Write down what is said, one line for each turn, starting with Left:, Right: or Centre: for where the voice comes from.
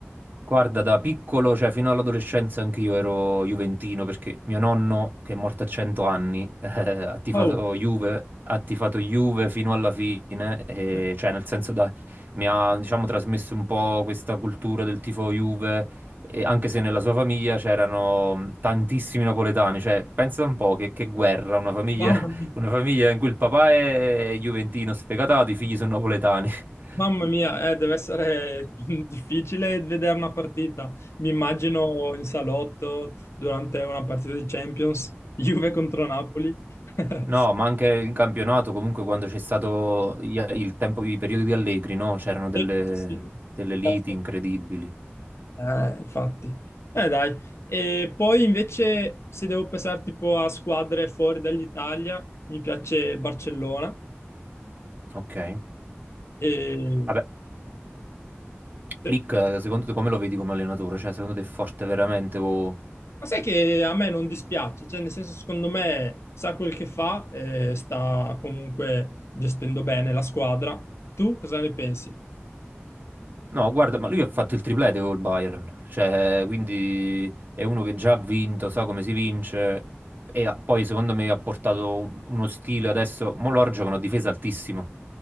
Right: Guarda, da piccolo, cioè fino all'adolescenza, anch'io ero juventino perché mio nonno, che è morto a 100 anni, <laughs> eh, ha tifato
Left: Wow.
Right: Juve, ha tifato Juve fino alla fine, e,
Left: eh,
Right: cioè nel senso da, mi ha, diciamo, trasmesso un po' questa cultura del tifo Juve, e anche se nella sua famiglia c'erano tantissimi napoletani, cioè pensa un po' che, che guerra, una famiglia,
Left: Wow.
Right: <laughs> una famiglia in cui il papà è juventino sfegatato, i figli sono napoletani. <laughs>
Left: Mamma mia, eh, deve essere <laughs> difficile vedere una partita. Mi immagino in salotto durante una partita di Champions, <laughs> Juve contro Napoli. <laughs>
Right: No, ma anche in campionato, comunque quando c'è stato i- il tempo, i periodi di Allegri, no? C'erano delle,
Left: Eh, sì, sì. sì.
Right: delle liti
Left: Certo.
Right: incredibili.
Left: Eh, infatti. Eh, dai. E poi invece, se devo pensare tipo a squadre fuori dall'Italia, mi piace il Barcellona.
Right: Ok.
Left: E...
Right: Vabbè,
Left: sì.
Right: Flick, eh, secondo te come lo vedi come allenatore? Cioè, secondo te è forte veramente o...
Left: Ma sai che a me non dispiace, cioè nel senso secondo me sa quel che fa e sta comunque gestendo bene la squadra. Tu cosa ne pensi?
Right: No, guarda, ma lui ha fatto il triplete col Bayern, cioè, quindi è uno che già ha vinto, sa come si vince e ha- poi secondo me ha portato un- uno stile adesso, mo loro giocano a difesa altissima,